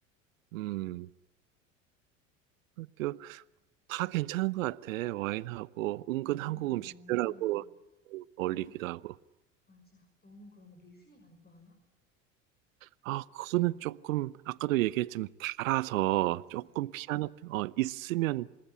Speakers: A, on the right; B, on the left.
A: 음, 그, 다 괜찮은 것 같아, 와인하고. 은근
B: 넌 그러면은,
A: 한국 음식들하고 어울리기도
B: 어,
A: 하고.
B: 맞아. 너는 그러면 리슬링 안 좋아하나?
A: 아, 그거는 조금, 아까도 얘기했지만, 달아서
B: 맞아.
A: 조금 피하는, 편- 어, 있으면